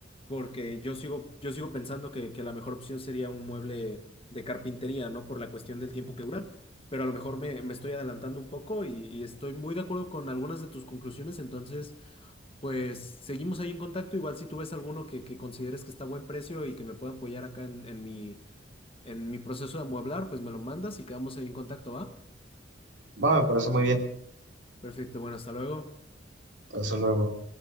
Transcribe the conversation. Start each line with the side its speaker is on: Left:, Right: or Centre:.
Left: porque yo sigo, yo sigo pensando que, que la mejor opción sería un mueble de carpintería, ¿no? Por la cuestión del tiempo que dura, pero a lo mejor me, me estoy adelantando un poco y, y estoy muy de acuerdo con algunas de tus conclusiones, entonces pues seguimos ahí en contacto, igual si tú ves alguno que, que consideres que está a buen precio y que me pueda apoyar acá en, en mi, en mi proceso de amueblar, pues me lo mandas y quedamos ahí en contacto, ¿va?
Right: Va, me parece muy bien.
Left: Perfecto, bueno, hasta luego.
Right: Hasta luego.